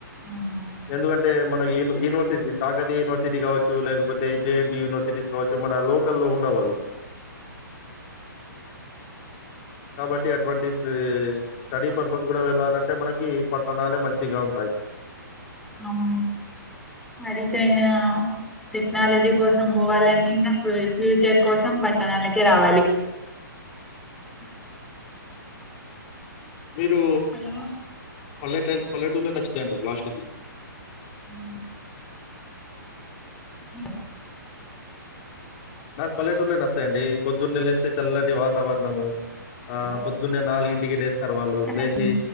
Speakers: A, in the centre; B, on the left.
A: ఆహా
B: ఎందుకంటే మన యూనివర్సిటీ కాకతీ యూనివర్సిటీ కావచ్చు లేకపోతే జేఎన్ యూనివర్సిటీస్ కావచ్చు మన లోకల్లో ఉండవు అవి కాబట్టి అడ్వాంటేజ్ స్టడీ పర్పస్ కూడా వెళ్ళాలండి అంటే మనకి పట్టణాలే మంచిగా ఉంటాయి
A: అవును అడితేయినా టెక్నాలజీ కోసం పోవాలంీ ఇంకా ఫ్యూచర్ కోసం పట్టణాలకే రావాలి
B: హ్మ్. మీరు
A: హలో
B: పల్లెటెల్, పల్లెటూలో నచ్చుతాయి అంటావు, లాస్ట్ కి.
A: హ్మ్. <inaudible>
B: నాకు పల్లెటూళ్లే నస్తాయండి, పొద్దున్నే లేస్తే చల్లటి వాతావరణము. ఆ
A: హలో!
B: పొద్దున్నే నాలుగింటికి లేత్తరు వాళ్ళు
A: కట్
B: లేచి,
A: అయిపోయింది.